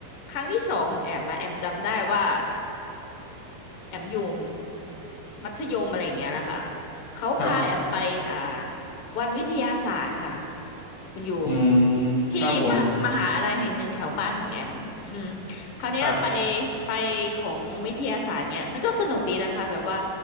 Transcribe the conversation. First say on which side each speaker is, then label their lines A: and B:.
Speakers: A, on the left (about 65°); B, on the left (about 80°).
A: ครั้งที่สองของแอมมาแอมจำได้ว่า แอมอยู่มัธยมอะไรอย่างเงี้ยแหละค่ะเขาพาแอมไปอ่า
B: ครับ
A: วันวิทยาศาสตร์ค่ะคุณอยู่
B: อืม
A: ที่มหามหาอะไรแห่งหนึ่งแถวบ้านของแอมอืม
B: ครับผม
A: คราวเนี้ยไป
B: ครับ
A: ไปของวิทยาศาสตร์เนี้ยมันก็สนุกดีนะคะแบบว่า